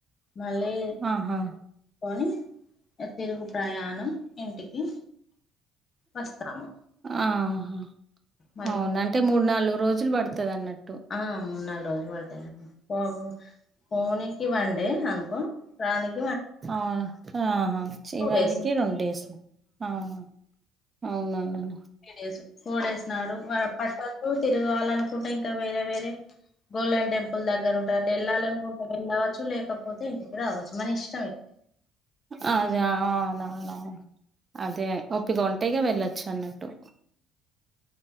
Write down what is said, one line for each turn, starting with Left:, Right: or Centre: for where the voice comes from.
Left: మళ్ళీ
Right: ఆహా
Left: కొని తిరుగు ప్రయాణం ఇంటికి వస్తాము
Right: ఆహా
Left: మళ్ళీ
Right: అవును అంటే మూడు నాలు గు రోజులు పడుతది అన్నటూ
Left: ఆ మూడు నాలుగు రోజులు పడతది పో పోనీకి వండే అనుకో రానిక్
Right: ఆ ఆహా చివన్నికి
Left: టూ డేస్
Right: రెండు డేస్ ఆహా అవున నన
Left: త్రీ డేస్ ఫోర్ డేస్ నాడు పట్టొచ్చు తిరగాలనుకుంటే ఇంకా వేరే వేరే గోల్డెన్ టెంపుల్ దగ్గర ఉంట అటేళ్ళాలనుకుంటే వెళ్ళవచ్చు లేకపోతే ఇంటికి రావచ్చు మన ఇష్
Right: అదే అవునవునవును అదే ఒప్పిగ ఉంటే ఇగ వెళ్ళొచ్చు అన్నట్టు